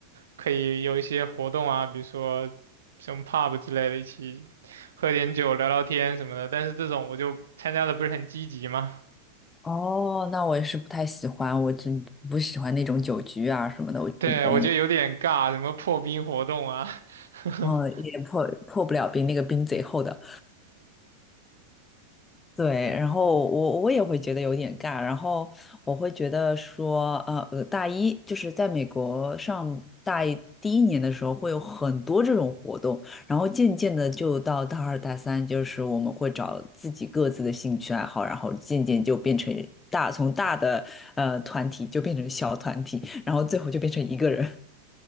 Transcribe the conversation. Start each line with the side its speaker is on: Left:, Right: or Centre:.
Right: 可以有一些活动啊，比如说什么 pub 之类的，一起喝点酒、聊聊天什么的。但是这种我就参加的不是很积极嘛，
Left: 哦，那我也是不太喜欢，我真不喜欢那种酒局啊什么的，我就准备，
Right: 对，我觉得有点尬，什么破冰活动啊，<laughs>
Left: 嗯，也破破不了冰，那个冰贼厚的。对，然后我我也会觉得有点尬，然后我会觉得说，呃呃，大一就是在美国上大一第一年的时候会有很多这种活动，然后渐渐的就到大二大三，就是我们会找自己各自的兴趣爱好，然后渐渐就变成大，从大的呃团体就变成小团体，然后最后就变成一个人，